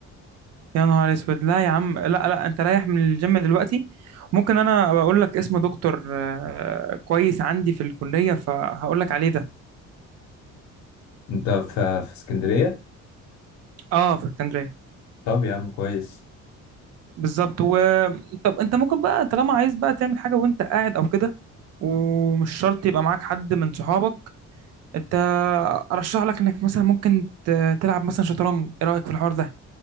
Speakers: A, on the right; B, on the left.
A: يا نهار اسود لا يا عم لا لا انت رايح من الجيم دلوقتي ممكن انا بقول لك اسم دكتور آه، كويس عندي في الكلية فهقول لك عليه ده
B: أنت في, في اسكندرية؟
A: اه في اسكندرية
B: طب يا عم كويس
A: بالظبط و طب انت ممكن بقى طالما عايز بقى تعمل حاجة وانت قاعد او كده ومش شرط يبقى معاك حد من صحابك انت ارشح لك انك مثلا ممكن ت- تلعب مثلا شطرنج ايه رأيك في الحوار ده